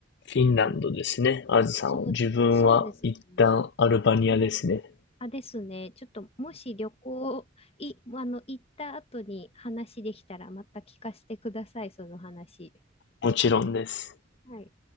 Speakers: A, on the left; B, on the left.
A: フィンランドですね。
B: そう、
A: あずさんは。
B: そう、
A: 自分は一旦アルバニアですね。
B: そうですね。はい。あ、ですね。ちょっと、もし旅行、い、あの、行った後に話できたら、また聞かせてください、その話。
A: もちろんです。
B: はい。